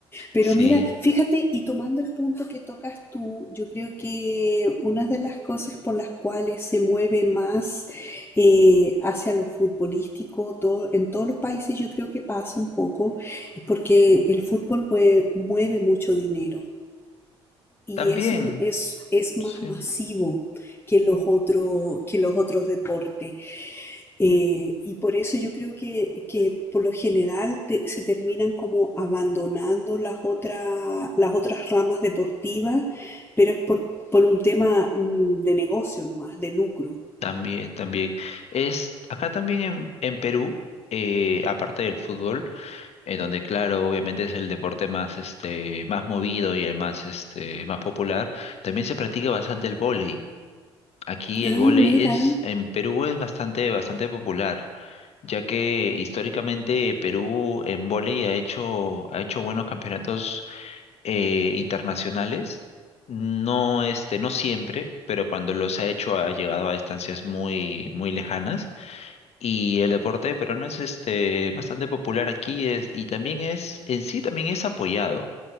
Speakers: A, on the left (about 15°); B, on the left (about 50°).
A: Pero
B: Sí,
A: mira, fíjate, y tomando el punto que tocas tú, yo creo que una de las cosas por las cuales se mueve más eh, hacia lo futbolístico, todo, en todos los países yo creo que pasa un poco, es porque el fútbol mue- mueve, mucho dinero y
B: también,
A: es un, es, es más
B: sí,
A: masivo que los otros, que los otros deportes. Eh, y por eso yo creo que, que por lo general te- se terminan como abandonando las otras, las otras ramas deportivas, pero es por, por un tema mm, de negocio nomás, de lucro.
B: también, también. Es acá también en, en Perú, eh, aparte del fútbol, eh, donde claro, obviamente es el deporte más este, más movido y el más este, más popular, también se practica bastante el vóley. Aquí
A: Ah,
B: el vóley
A: mira,
B: es, en Perú es bastante, bastante popular, ya que históricamente Perú en vóley ha hecho, ha hecho buenos campeonatos eh, internacionales. No, este, no siempre, pero cuando los ha hecho ha llegado a distancias muy, muy lejanas. Y el deporte peruano es este, bastante popular aquí es, y también es, en sí también es apoyado,